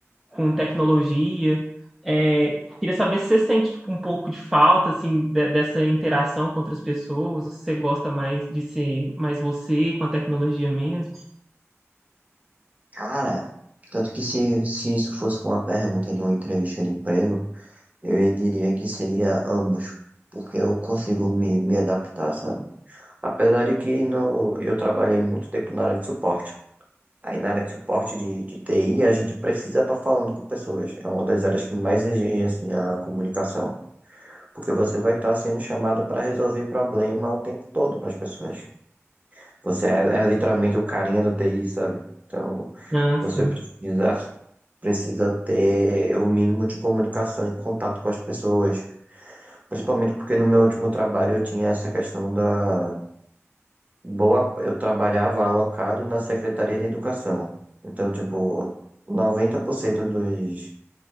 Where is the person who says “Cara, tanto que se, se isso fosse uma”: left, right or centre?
Right